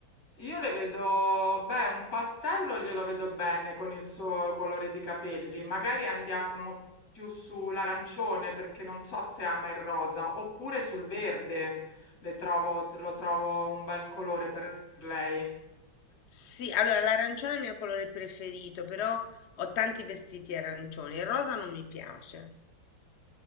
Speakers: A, on the left (about 50°); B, on the left (about 85°).
A: Io le vedo, beh, un pastello glielo vedo bene con il suo colore di capelli. Magari andiamo più sull'arancione perché non so se ama il rosa, oppure sul verde. Le trovo, lo trovo un bel colore per lei.
B: Sì, allora l'arancione è il mio colore preferito, però ho tanti vestiti arancioni. Il rosa non mi piace.